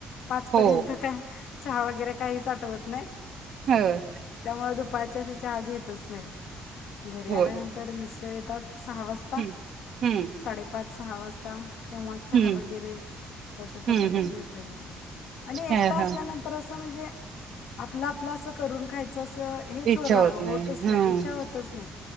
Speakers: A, on the left (about 85°); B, on the right (about 70°).
A: पाचपर्यंत
B: हो
A: काय चहा वगैरे काहीच आठवत
B: हं
A: म दुपारच्या अशी चहा घेतच नाही घरी
B: होय
A: आल्यानंतर मिस्टर तर सहा वाजता
B: हम्म हम्म
A: साडेपाच सहा वाजता तेव्हा चहा
B: हम्म.
A: वगैरे त्याच्यासोबतच
B: हम्म हम्म
A: घेते मग आणि एकटा
B: हा
A: असल्यानंतर
B: हा
A: अस त म्हणजे आपलं आपलं असं करून खाय च स हेच
B: इच्छा
A: हो रा
B: होत
A: होतच
B: हम्म
A: नाही, इच्छा होतच नाही